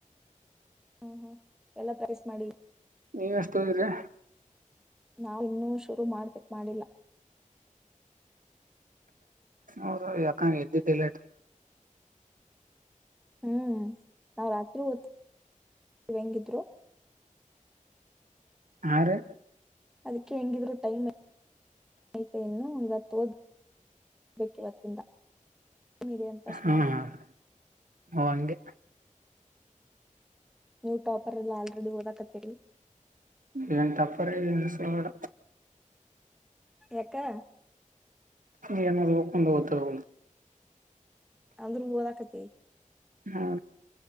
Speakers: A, in the centre; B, on the right.
A: ಹೂ ಹೂ ಎಲ್ಲಾ ಪ್ರ್ೇಸ್ ಮಾಡಿ
B: ನೀ ಎಷ್ಟ ಓದಿದ್ರೆ
A: ನಾವು ಇನ್ನೂ ಶುರು ಮಾಡ್ಬೇಕಕ್ ಮಾಡಿಲ್ಲ
B: ಹೌದ ಯಾಕ್ ಎದ್ದಿದೆ ಲೇಟ್
A: ಹೂ ನಾವ್ ರಾತ್ರಿ ಓ ಹೆಂಗಿದ್ರು
B: ಅರೆ
A: ಅದಕ್ಕೆ ಹೆಂಗಿದ್ರು ಟೈಮ್ ಸ್ನಹಿತೆಯನ್ನು ಇವತ್ತು ಓದಬೇಕಿಿವತ್ತಿಂದ ನ ಇದೆ ಅಂತ ಸುನಾಗಿತ್ತುು
B: ಹಾಂ ಹಾಂ ಓ ಹಂಗೆ
A: ನೀವು ಟಾಪರ್ ಎಲ್ಲ ಆಲ್ರೆಡಿ ಓದಾಕತ್ತೇಳರಿ
B: ಏನ್ ಟಾಪರ್ ಏನ್ ಸುಡುಗಾಡು
A: ಎಕ್ಕ
B: ಈನಕೊಂಡ ಹತೋಗ
A: ಅಂದ್ರ ಓದ ಕತ್ತಿ
B: ಹೌ